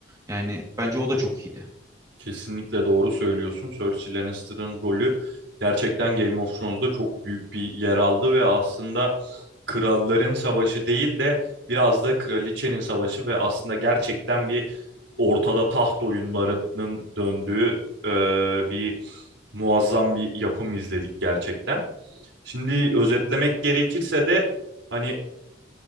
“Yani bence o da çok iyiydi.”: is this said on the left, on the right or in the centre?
Right